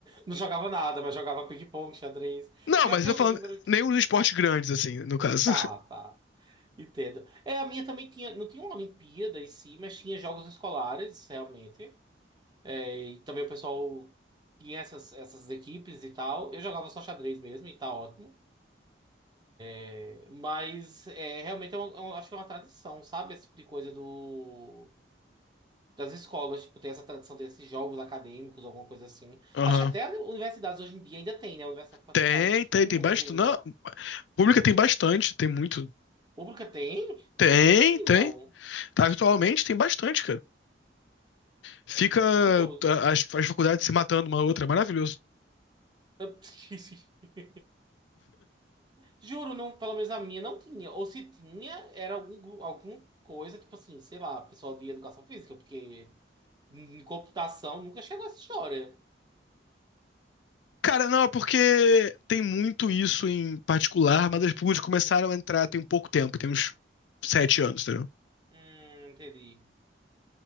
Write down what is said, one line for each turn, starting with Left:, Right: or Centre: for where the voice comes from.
Right: Não jogava nada, mas jogava ping-pong, xadrez.
Left: Não,
Right: Pior
Left: mas
Right: que
Left: eu
Right: eu
Left: tô
Right: lembro
Left: falando,
Right: que.
Left: nenhum dos esportes grandes, assim, no caso.
Right: Tá, tá. Entendo. É, a minha também tinha. Não tinha uma Olimpíada em si, mas tinha jogos escolares, realmente. É, e também o pessoal tinha essas, essas equipes e tal. Eu jogava só xadrez mesmo e tá ótimo. É, Mas é, realmente eu, eu acho que é uma tradição, sabe? Esse tipo de coisa do. Das escolas, tipo, tem essa tradição desses jogos acadêmicos, alguma coisa assim.
Left: <laughs> Aham.
Right: Acho que até universidades hoje em dia ainda tem, né? Universidades particulares,
Left: Tem,
Right: eu sei
Left: tem,
Right: que tem
Left: tem
Right: muito
Left: bastante.
Right: ainda.
Left: Não, pública tem bastante, tem muito.
Right: Pública tem?
Left: Tem,
Right: Nunca vi,
Left: tem.
Right: não.
Left: Tá, atualmente tem bastante, cara. Fica
Right: Hum, curioso.
Left: a- as, as faculdades se matando uma outra, é maravilhoso.
Right: Eu- <laughs> Juro, não, pelo menos a minha não tinha. Ou se tinha, era algum, gru- algum coisa, tipo assim, sei lá, pessoal de educação física, porque em computação nunca chegou essa história.
Left: Cara, não, é porque tem muito isso em particular, mas as públicas começaram a entrar tem pouco tempo, tem uns sete anos, entendeu?
Right: Hum, entendi.